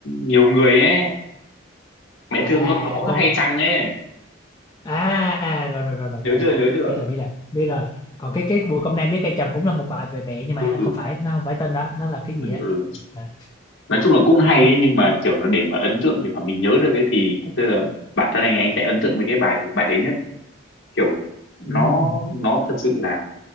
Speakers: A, on the left (about 70°); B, on the left (about 20°).
A: nhiều người ấy mẹ
B: à
A: thương con có
B: à con
A: hay chăng ấy
B: à à, rồi rồi rồi rồi
A: nhớ
B: rồi,
A: chưa
B: rồi.
A: nhớ
B: rồi.
A: chưa
B: biết rồi biết rồi biết rồi còn cái cái Bùi Công Nam với Cây Trần cũng là một bài về mẹ nhưng mà
A: ừ,
B: không phải nó không phải tên đó nó là cái
A: ừ.
B: gì á
A: ừ.
B: à.
A: nói chung là cũng hay
B: ừ,
A: ấy, nhưng mà kiểu nó để mà ấn tượng để mà mình nhớ được ấy thì thật sự là bản thân anh anh sẽ ấn tượng với cái bài bài đấy nhất kiểu nó
B: ừ,
A: nó thật sự là